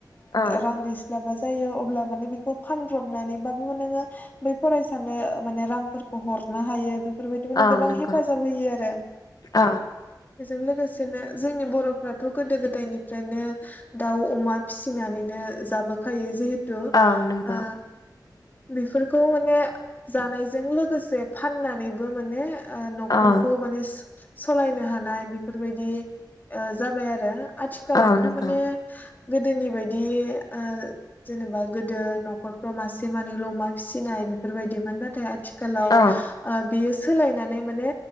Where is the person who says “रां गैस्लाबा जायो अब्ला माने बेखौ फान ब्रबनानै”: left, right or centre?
Left